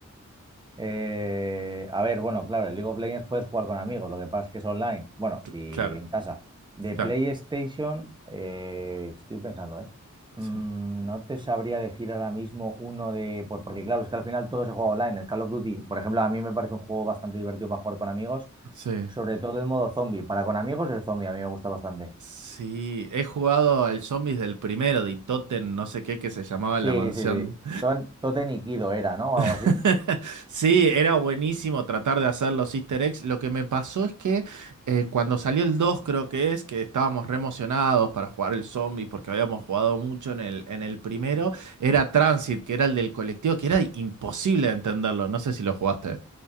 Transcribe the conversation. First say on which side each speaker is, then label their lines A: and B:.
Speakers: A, on the right; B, on the right.
A: Eh, a ver, bueno, claro, el League of Legends puedes jugar con amigos, lo que pasa es que es online. Bueno,
B: Cl-
A: si
B: Claro,
A: en casa. De
B: claro.
A: PlayStation, eh, estoy pensando, ¿eh? Mm,
B: Sí.
A: no te sabría decir ahora mismo uno de. por- Porque claro, es que al final todo se juega online. El Call of Duty, por ejemplo, a mí me parece un juego bastante divertido para jugar con amigos,
B: Sí.
A: sobre todo el modo zombie. Para con amigos, el zombie a mí me gusta bastante.
B: Sí, he jugado al Zombies del primero de Itoten, no sé qué, que se llamaba La
A: Sí,
B: Mansión
A: sí, sí. Ton- Totem y Kido era, ¿no? O algo así.
B: <laughs> Sí, era buenísimo tratar de hacer los easter eggs. Lo que me pasó es que eh, cuando salió el 2, creo que es, que estábamos re emocionados para jugar el zombie porque habíamos jugado mucho en el, en el primero, era Transit, que era el del colectivo, que era imposible de entenderlo. No sé si lo jugaste.